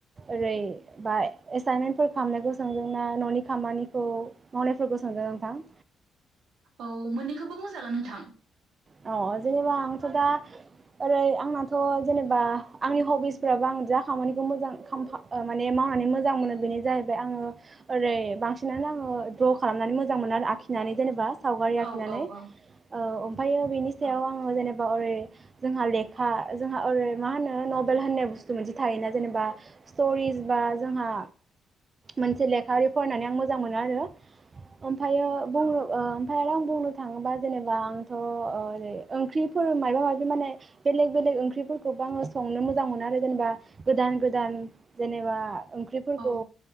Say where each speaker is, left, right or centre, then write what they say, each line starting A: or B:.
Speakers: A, on the right (about 35°); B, on the right (about 75°).
A: ओरै बा एसाइनमेन्टफोर खालामनायखौ सोंदों ना न'नि खामानिखौ मावनायफोरखौ सोंदों नोंथां?
B: औ मोननैखौबो बुंजागोन नोंथां।
A: अ जेनेबा आंथ' दा ओरै आंनाथ' जेनेबा आंनि हबिसफोराबो आं जा खामानिखौ मोजां खाम-फा ओ माने मावनानै मोजां मोनो बेनो जाहैबाय आङो ओरै बांसिनानो आङो द्र खालामनानै मोजां मोनो आरो आखिनानै जेनेबा सावगारि आखिनानै
B: औ औ औ
A: ओ फायो बिनि सायाव आङो जेनेबा ओरै जोंहा लेखा जोंहा ओरै मा होनो नभेल होननाय बुस्थु मोनसे थायोना जेनेबा स्टरिस बा जोंहा, मोनसे लेखा ओरै फरायनानै आं मोजां मोनो आरो। ओमफायो बुङो ओ ओमफाय आरो आं बुंनो थाङोबा जेनेबा आं थ' ओ ओरै ओंख्रिफोर माबा माबि माने बेलेग बेलेग ओंख्रिफोरखौबो आङो संनो मोजां मोनो आरो जेनेबा गोदान गोदान जेनेबा ओंख्रिफोरखौ
B: औ